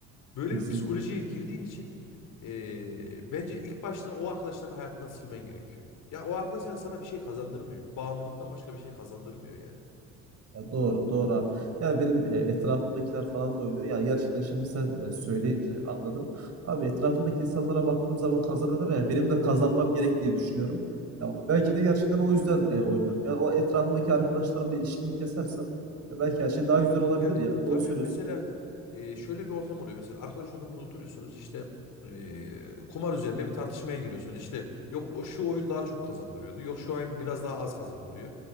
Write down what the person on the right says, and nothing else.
Kesinlikle.
Ya doğru, doğru abi. Yani benim e, etrafımdakiler falan da oynuyor. Yani gerçekten şimdi sen
e, söyleyince anladım. Abi etrafımdaki insanlara baktığım zaman kazanıyorlar ya. Benim de kazanmam gerek diye düşünüyorum. Ya belki de gerçekten o yüzden e, oynuyorum.
Yani o etrafımdaki arkadaşlarımla ilişkimi kesersem ya belki her şey daha güzel olabilir
ya.
Doğru söylüyorsun.